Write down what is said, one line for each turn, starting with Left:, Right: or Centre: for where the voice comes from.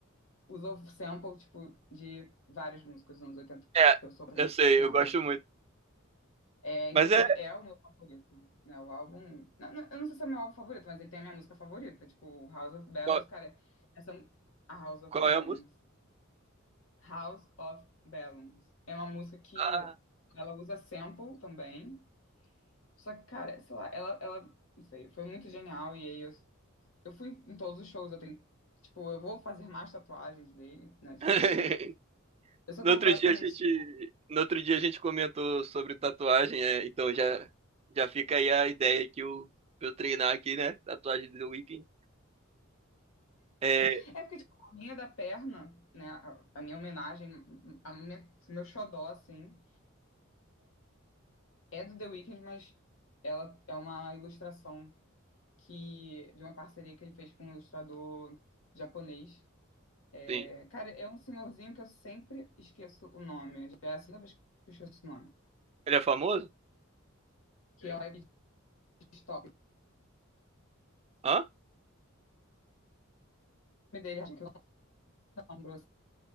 Left: usou sample, tipo, de vários músicos dos anos 80
Right: é,
Left: que eu sou transformada.
Right: eu sei, eu gosto muito.
Left: É, inclusive,
Right: Mas é,
Left: é o meu favorito, né? O álbum... não, não, eu não sei se é o meu álbum favorito, mas ele tem a minha música favorita, tipo, House of Balance,
Right: qual,
Left: cara. Essa... A House of
Right: qual
Left: Balance.
Right: é a música?
Left: House of Balance. É uma música que
Right: Ah.
Left: ela usa sample também. Só que, cara, sei lá, ela, ela, não sei, foi muito genial. E aí eu, eu fui em todos os shows, eu tenho, tipo, eu vou fazer mais tatuagens dele, né? Tipo,
Right: <laughs>
Left: eu sou
Right: No
Left: completamente
Right: outro dia a gente, no outro dia a gente comentou sobre tatuagem, é, então já, já fica aí a ideia que eu, eu treinar aqui, né? Tatuagem do The Weeknd. É,
Left: É porque, tipo, a minha da perna, né? A, a minha homenagem, a minha, meu xodó, assim, é do The Weeknd, mas ela é uma ilustração que, de uma parceria que ele fez com um ilustrador japonês.
Right: sim.
Left: É, cara, é um senhorzinho que eu sempre esqueço o nome. Já é a segunda vez que eu esqueço o nome.
Right: Ele é famoso?
Left: Que é o Live de Stop. O
Right: Hã?
Left: nome dele, que eu não lembro.